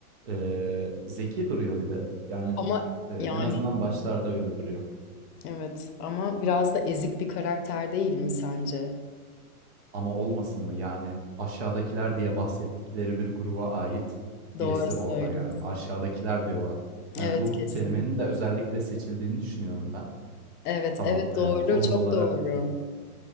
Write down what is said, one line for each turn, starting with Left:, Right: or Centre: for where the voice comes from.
Right: eee, zeki duruyor bir de. Yani
Left: Ama
Right: eee,
Left: yani
Right: en azından başlarda öyle duruyor.
Left: evet ama biraz da ezik bir karakter değil mi sence?
Right: Ama olmasın mı yani aşağıdakiler diye bahsettikleri bir gruba ait
Left: Doğru
Right: birisi
Left: söylüyorsun.
Right: orada yani aşağıdakiler diyorlar. Yani
Left: Evet
Right: bu
Left: kesinlikle.
Right: kelimenin de özellikle seçildiğini düşünüyorum ben.
Left: Evet
Right: Tamam,
Left: evet doğru
Right: eee, konum
Left: çok
Right: olarak
Left: doğru.